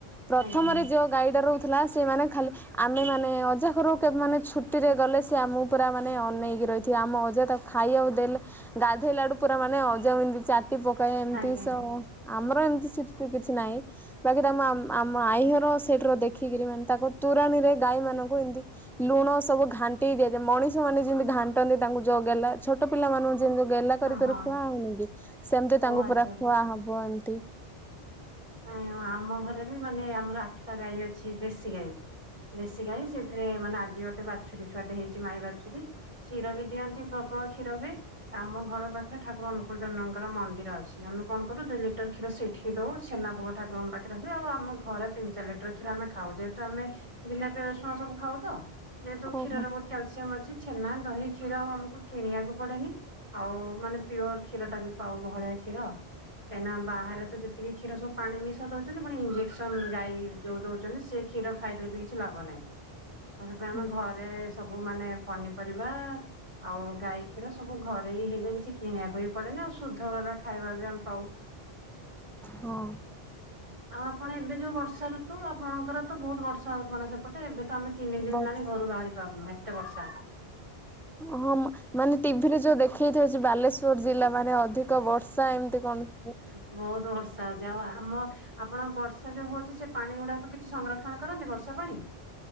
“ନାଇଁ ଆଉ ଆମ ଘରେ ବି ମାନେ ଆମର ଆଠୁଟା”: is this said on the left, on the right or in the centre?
Right